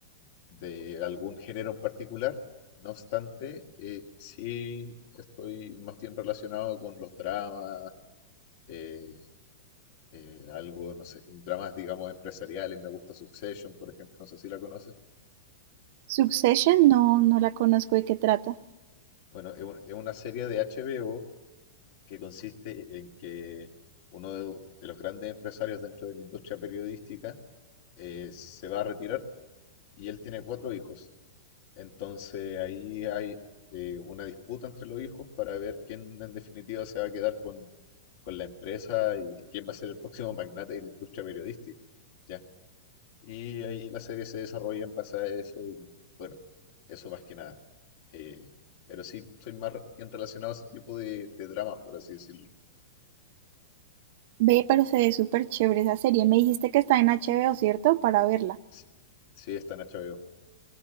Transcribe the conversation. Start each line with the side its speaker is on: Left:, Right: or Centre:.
Left: de algún género en particular. No obstante, eh, sí estoy más bien relacionado con los dramas. eh, eh, algo, no sé, dramas, digamos, empresariales. Me gusta Succession, por ejemplo, no sé si la conoces.
Right: Succession, no, no la conozco de qué trata.
Left: Bueno, es, un- es una serie de HBO que consiste en que uno de, de los grandes empresarios dentro de la industria periodística eh, se va a retirar y él tiene cuatro hijos. Entonces ahí hay eh, una disputa entre los hijos para ver quién en definitiva se va a quedar con, con la empresa y quién va a ser el próximo magnate de la industria periodística. ¿ya? Y ahí la serie se desarrolla en base a eso y bueno, eso más que nada. Eh, pero sí, soy más re- bien relacionado a ese tipo de, de dramas, por así decirlo.
Right: Ve, pero se ve súper chévere esa serie. Me dijiste que está en HBO, ¿cierto? Para verla.
Left: Sí, sí, está en HBO,